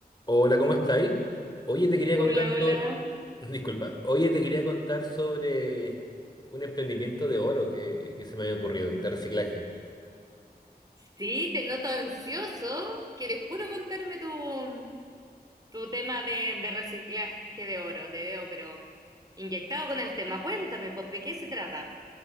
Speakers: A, on the left; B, on the right.
A: Hola, ¿cómo estáis? Oye, te quería
B: Hola,
A: contar sobre...
B: hola.
A: <laughs> Disculpa. Oye, te quería contar sobre un emprendimiento de oro que, que se me había ocurrido, de reciclaje.
B: Sí, te noto ansioso. ¿Quieres puro contarme tu, tu tema de, de reciclaje de oro? Te veo, pero inyectado con el tema. Cuéntame, pues, ¿de qué se trata?